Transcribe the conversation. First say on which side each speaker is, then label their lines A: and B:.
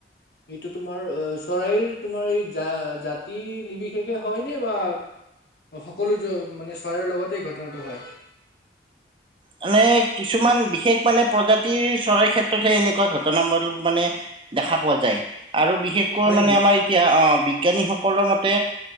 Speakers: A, on the left (about 65°); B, on the right (about 30°).
A: এইটো তোমাৰ চৰাইৰ তোমাৰ এই জা জাতি নিৰ্বিশেষে হয় নে বা সকলো মানে চৰাইৰ লগতে ঘটনাটো হয়
B: মানে কিছুমান বিশেষ মানে প্ৰজাতিৰ চৰাইৰ ক্ষেত্ৰতহে এনেকুৱা ঘটনাবোৰ মানে দেখা পোৱা যায়। আৰু বিশেষকৈ
A: হয়
B: মানে
A: নেকি?
B: আমাৰ এতিয়া অঁ বিজ্ঞানীসকলৰ মতে